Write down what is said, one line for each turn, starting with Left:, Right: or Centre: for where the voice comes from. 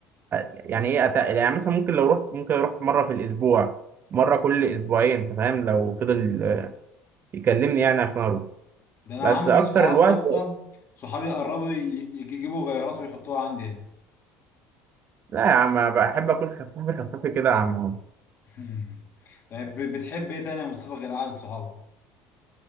Right: يعني ايه اتقل يعني مثلا ممكن لو رحت ممكن اروح مره في الاسبوع مره كل اسبوعين انت فاهم لو فضل آه، يكلمني يعني عشان اروح
Left: ده انا
Right: بس
Left: عندي
Right: اكتر
Left: صحابي
Right: الوقت
Left: يا اسطى صحابي قربوا ي- يجيبوا غيارات ويحطوها عندي هنا
Right: لا يا عم بحب اكون خفيف خفيف كده يا عم عمر.
Left: مم. طيب ب- بتحب ايه تاني يا مصطفى غير قعدة صحابك؟